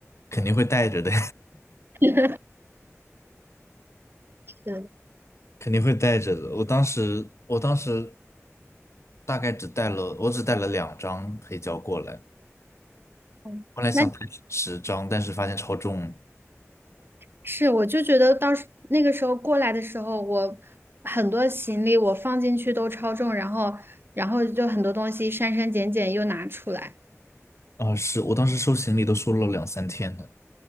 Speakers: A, on the left; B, on the right.
A: 肯定会带着的，
B: <laughs> 是，
A: <laughs> 肯定会带着的。我当时我当时大概只带了我只带了两张黑胶过来，
B: 嗯那
A: 后来想带十张，但是发现超重。
B: 是，我就觉得到时那个时候过来的时候，我很多行李我放进去都超重，然后，然后就很多东西删删减减又拿出来，
A: 啊，是我当时收行李都收了两三天呢，